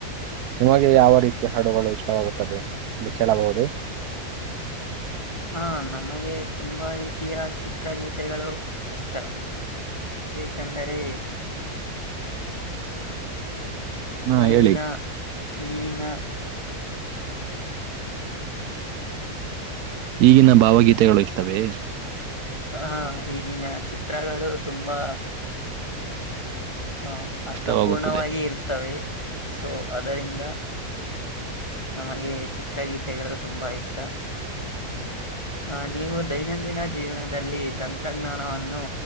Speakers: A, on the right (about 80°); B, on the left (about 20°).
A: ನಿಮಗೆ ಯಾವ ರೀತಿಯ ಹಾಡುಗಳು ಇಷ್ಟವಾಗೆ ಅ ಕೇಳಬಹುದೇ
B: ಹ ನಮಗೆ ತುಂಬಾ ರೀತಿಯ ಚಿತ್ರರೀತೆಗಳು ಇಷ್ಟ ಏ ಅಂದರೆ
A: ಹಾ
B: ಈಗಿನ
A: ಹೇಳಿ.
B: ಈಗಿನ
A: ಈಗಿನ ಭಾವಗೀತೆಗಳು ಇಷ್ಟವೆೇ
B: ಹ ಈಗಿನ ಚಿತ್ರಗಳು ತುಂಬಾ ಆಹ ಅರ್ಥಪೂರ್ಣವಾಗಿ
A: ಇಷ್ಟವಾಗುತ್ತದೆ.
B: ಇರ್ತವೆ ಸೊ ಅದರಿಂದ ನನಗೆ ಚಿತ್ರಗೀತೆಗಳು ತುಂಬಾ ಇಷ್ಟ ಅ ನೀವು ದೈನಂದಿನ ಜೀವನದಲ್ಲಿ ತಂತ್ರಜ್ಞಾನವನ್ನು